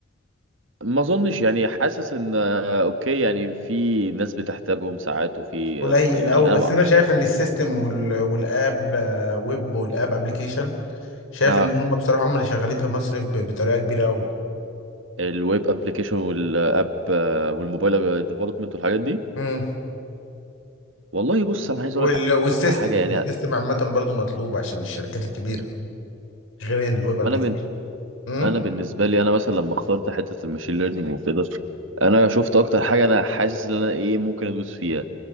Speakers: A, on the right (about 70°); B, on the left (about 75°).
A: ما اظنش يعني حاسس ان آه، اوكي يعني في ناس بتحتاجهم ساعات وفي
B: قليل
A: آه، يعني
B: قوي بس
A: انا بقى
B: انا شايف ان السيستم وال... والاب آه، ويب والاب ابلكيشن شايف
A: اه
B: ان هم بصراحه هم اللي شغالين في مصر ب... بطريقه كبيره قوي
A: الويب ابلكيشن والاب آه، والموبايل ديفلوبمنت والحاجات دي
B: امم
A: والله بص انا عايز
B: وال...
A: اقول لك
B: والسيستم
A: على حاجه يعني
B: السيستم عامه برضو مطلوب عشان الشركات الكبيره غير الويب ابلكيشن
A: ما انا بن...
B: امم
A: انا بالنسبه لي انا مثلا لما اخترت حته الماشين ليرنينج وكده انا شفت اكتر حاجه انا حاسس ان انا ايه ممكن ادوس فيها